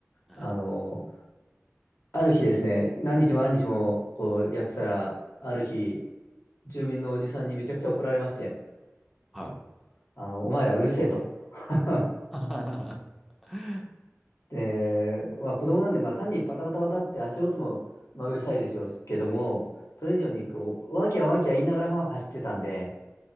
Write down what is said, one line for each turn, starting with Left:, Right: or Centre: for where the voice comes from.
Centre: はい。
Left: あの、ある日ですね、何日も何日もこうやってたら、ある日、住民のおじさんにめちゃくちゃ怒られまして、
Centre: はい。
Left: あの、お前らうるせえと。<laughs>
Centre: <laughs>
Left: で、まあ子供なんで、まあ単にバタバタバタって足音も、まあ、うるさいでしょうしけども、それ以上にこう、
Centre: うん。
Left: ワーキャーワーキャー言いながらまあ走ってたんで、